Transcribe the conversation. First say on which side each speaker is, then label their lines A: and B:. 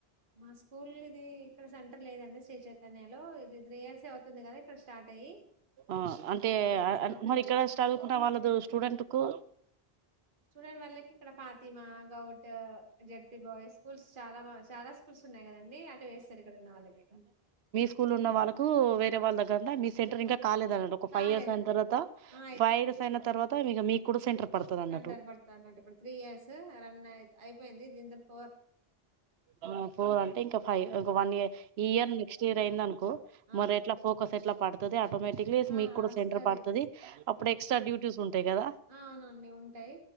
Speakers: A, on the right; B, on the right.
A: మా స్కూల్దీ ఇక్కడ సెంటర్లేదండి శ్రీ చైతన్య లో ఇది త్రీ ఇయర్సే అవుతుంది కదా ఇక్కడ స్టార్ట్ అయ్యి
B: ఆ అంటే
A: ఇంకా దీనికి
B: ఆ
A: సెంటర్
B: మరిక్కడ
A: ఇవ్వలే
B: చదువుకున్న వాళ్ళదు స్టూడెంటుకు
A: స్టుడెంట్ వాల్లకి ఇక్కడ Fatima, govt ZP boy schools చాలా చాలా స్కూల్స్ ఉన్నాయ్గదండి అటేస్తారు ఇక్కడున్న వాళ్ళకి
B: స్కూలున్న వాళ్ళకు వేరే వాళ్ళ కాంమ నీ సెంటర్ ఇంకా కాలేదంట ఒక
A: కాలేదండి
B: ఫై ఇయర్స్ అయిన తర్వాత
A: ఆ
B: ఫైవ్ ఇర్స్ అయిన తర్వాత ఇగ మీకు కూడా సెంటర్ పడుతది అన్నట్టు
A: కంటారు పడతాన్నట ఇప్పుడు త్రీ ఇయర్స్ రన్ అయిపోయింది దీతర్వాత
B: ఆ ఫోర్ అంటే ఇంకా ఫైవ్ ఓక వన్ ఇయర్ ఈ ఇయర్ నెక్స్ట్ ఇయర్ అయిందనుకో
A: ఆ
B: మరి ఎట్లా ఫోకస్ ఎట్లా పడతు ఆటోమేటిక్లీ
A: ఆ
B: మీకు కూడా
A: వస్తది
B: సెంటర్ పడ్తది అప్పుడు ఎక్స్ట్రా డ్యూటీస్ ఉంటాయి కదా
A: అవును అవును ఉంటాయి